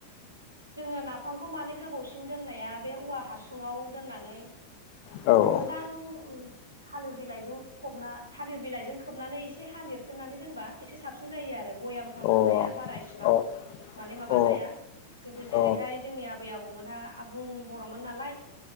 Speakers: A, on the right; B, on the left.
A: जोङो नाफामखौ मानो गोबावसिन दोननाया बे औवा हासुङाव दोननानै
B: औ
A: मोजां थालिर बिलाइजों फबना थालिर बिलाइजों खोबनानै एसे हा लिरथेरनानै दोनबा एसे साबसिन जायो आरो। भयामफ्राव
B: अ
A: दोननाया बारा इसेबां
B: अ
A: माने माबा
B: अ औ
A: जाया गोदो जेरैहाय
B: औ
A: जोंनि आबै आबौ बर मोनहा आबुं बर'मोन नालाय